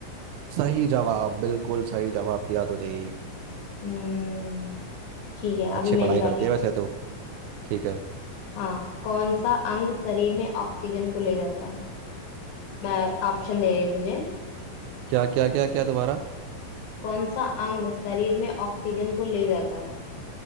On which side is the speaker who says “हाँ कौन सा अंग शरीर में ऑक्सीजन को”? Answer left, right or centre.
Left